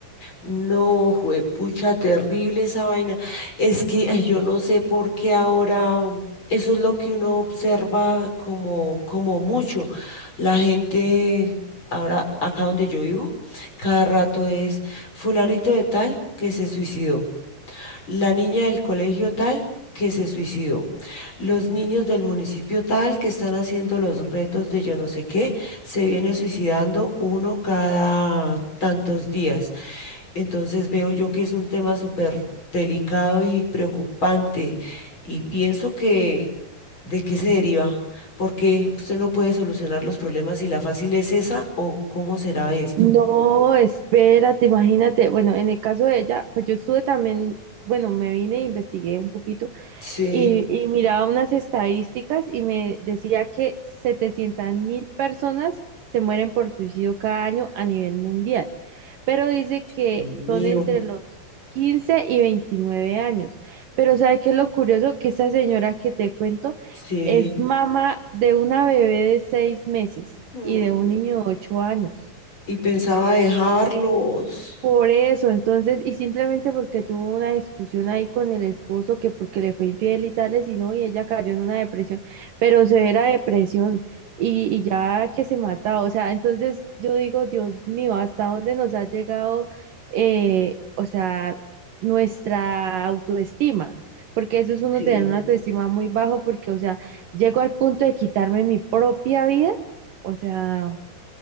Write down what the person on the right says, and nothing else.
No, espérate, imagínate. Bueno, en el caso de ella, pues yo estuve también, bueno, me vine e investigué un poquito
y, y miraba unas estadísticas y me decía que setecientas mil personas se mueren por suicidio cada año a nivel mundial, pero dice que
son entre los 15 y 29 años. Pero ¿sabe qué es lo curioso? Que esa señora que te cuento
es mamá de una bebé de seis meses
y de un niño de ocho años.
Por eso, entonces, y simplemente porque tuvo una discusión ahí con el esposo, que porque le fue infiel y tales, y no, y ella cayó en una depresión, pero severa depresión, y, y ya que se mata, o sea, entonces yo digo, Dios mío, ¿hasta dónde nos ha llegado, eh, o sea, nuestra autoestima? Porque eso es uno
tener una autoestima muy bajo, porque, o sea, llego al punto de quitarme mi propia vida, o sea.